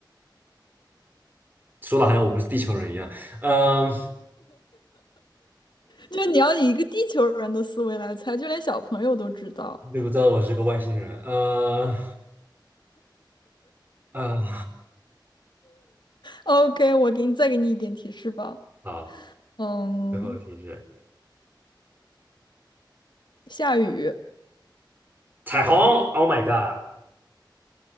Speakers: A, on the right; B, on the left.
A: 说的好像我不是地球人一样，嗯、
B: 就是你要以一个地球人的思维来猜，就连小朋友都知道。
A: 你怎么知道我是个外星人？呃，呃，
B: OK，我给你再给你一点提示吧。
A: 好，
B: 嗯，
A: 最后一题是
B: 下雨。
A: 彩虹，Oh my God，